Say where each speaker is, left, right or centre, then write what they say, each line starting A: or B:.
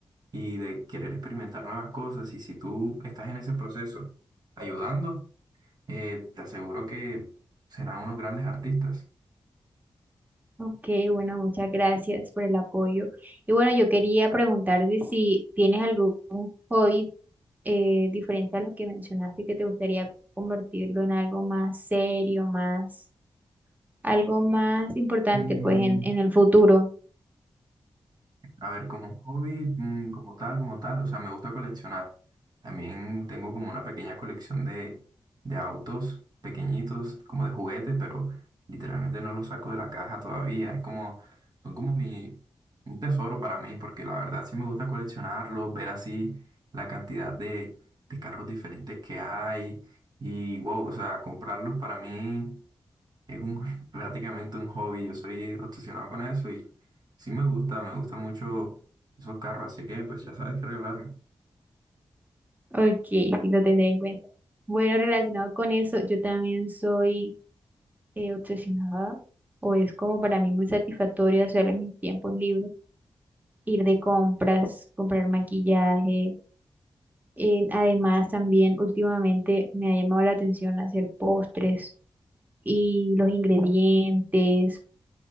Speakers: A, on the right (about 50°); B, on the right (about 20°).
A: y de querer experimentar nuevas cosas y si tú estás en ese proceso ayudando, eh, te aseguro que serán unos grandes artistas.
B: ok, bueno, muchas gracias por el apoyo. Y bueno, yo quería preguntarte si tienes algún hobby eh, diferente a lo que mencionaste, que te gustaría convertirlo en algo más serio, más, algo más importante,
A: Mm,
B: pues en, en el futuro.
A: A ver, como un hobby, mm, como tal, como tal, o sea, me gusta coleccionar. También tengo como una pequeña colección de, de autos pequeñitos, como de juguete, pero literalmente no los saco de la caja todavía. Es como, son como mi, un tesoro para mí, porque la verdad sí me gusta coleccionarlos, ver así la cantidad de, de carros diferentes que hay y wow, o sea, comprarlos para mí. Es un, <laughs> prácticamente un hobby, yo soy obsesionado con eso y sí me gusta, me gustan mucho esos carros, así que pues ya sabes que arreglarme.
B: Ok, sí, lo tendré en cuenta. Bueno, relacionado con eso, yo también soy eh, obsesionada, o es como para mí muy satisfactorio hacer en mis tiempos libres, ir de compras, comprar maquillaje. Eh, además, también últimamente me ha llamado la atención hacer postres y los ingredientes